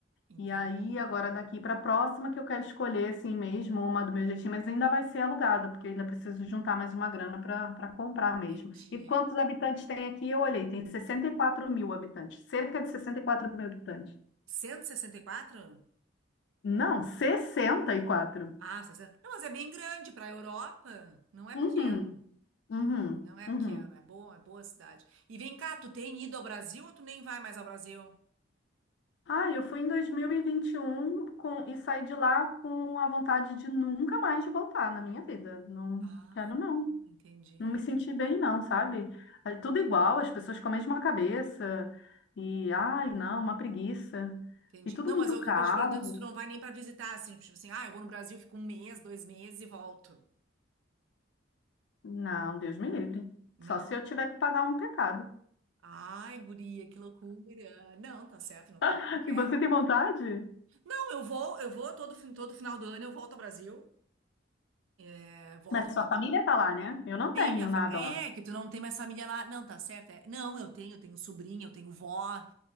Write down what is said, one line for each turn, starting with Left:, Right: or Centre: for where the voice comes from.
Right: entendi.
Left: E aí, agora daqui para a próxima, que eu quero escolher, assim mesmo, uma do meu jeitinho, mas ainda vai ser alugada, porque eu ainda preciso juntar mais uma grana para para comprar mesmo.
Right: Entendi.
Left: E quantos habitantes tem aqui? Eu olhei, tem 64 mil habitantes, cerca de 64 mil habitantes.
Right: 164?
Left: Não, 64.
Right: Ah, 60. Não, mas é bem grande para a Europa. Não é
Left: Uhum,
Right: pequeno.
Left: uhum,
Right: Não é
Left: uhum.
Right: pequeno. É bom, é boa cidade. E vem cá, tu tem ido ao Brasil ou tu nem vai mais ao Brasil?
Left: Ah, eu fui em 2021 com, e saí de lá com a vontade de nunca mais voltar na minha vida. Não
Right: Ah,
Left: quero, não.
Right: entendi.
Left: Não me senti bem, não, sabe? Aí Tudo igual, as pessoas com a mesma cabeça. E, ai, não, uma preguiça.
Right: Entendi.
Left: E tudo
Right: Não,
Left: muito
Right: mas eu
Left: caro.
Right: tô te perguntando se tu não vai nem para visitar, assim, tipo assim, ah, eu vou no Brasil, fico um mês, dois meses e volto.
Left: Não, Deus me livre.
Right: Não.
Left: Só se eu tiver que pagar um pecado.
Right: Ai, guria, que loucura. Não, tá certo, não quero,
Left: <laughs>
Right: não quero.
Left: E você tem vontade?
Right: Não, eu vou, eu vou todo, fin- todo final do ano eu volto ao Brasil. É, volto
Left: Mas
Right: ao Brasil.
Left: sua família tá lá, né? Eu não tenho
Right: Sim, minha fa...
Left: nada
Right: É,
Left: lá.
Right: que tu não tem mais família lá. Não, tá certo. é. Não, eu tenho, eu tenho sobrinha, eu tenho vó,